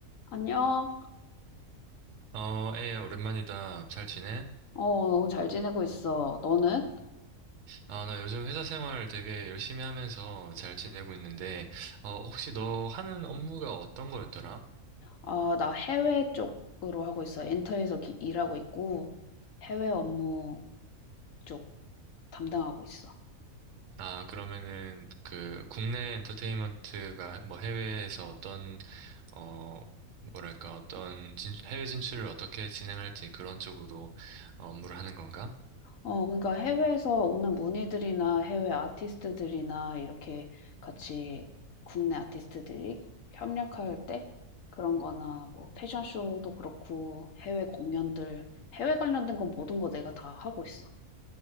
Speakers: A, on the left; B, on the right.
A: 안녕.
B: 어, 에이야, 오랜만이다. 잘 지내?
A: 어, 너무 잘 지내고 있어. 너는?
B: 아, 나 요즘 회사 생활 되게 열심히 하면서 잘 지내고 있는데, 어, 혹시 너 하는 업무가 어떤 거였더라?
A: 아, 나 해외 쪽으로 하고 있어. 엔터에서 기- 일하고 있고, 해외 업무 쪽 담당하고 있어.
B: 아, 그러면은, 그, 국내 엔터테인먼트가 뭐 해외에서 어떤, 어, 뭐랄까, 어떤 진, 해외 진출을 어떻게 진행할지 그런 쪽으로 어, 업무를 하는 건가?
A: 어, 그러니까 해외에서 오는 문의들이나 해외 아티스트들이나 이렇게 같이 국내 아티스트들이 협력할 때 그런 거나 뭐 패션쇼도 그렇고 해외 공연들, 해외 관련된 건 모든 거 내가 다 하고 있어.